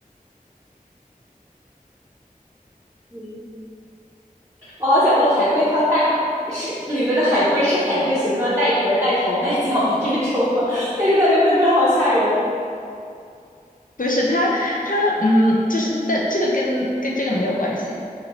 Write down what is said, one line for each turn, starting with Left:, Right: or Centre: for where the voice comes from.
Right: 嗯，我好想问，海龟汤带海是里面的海龟是海龟形状带壳、带头、带脚的这种吗？<laughs> 但是感觉问出来好吓人
Left: 不是他他嗯，就是但这个跟跟这个没有关系。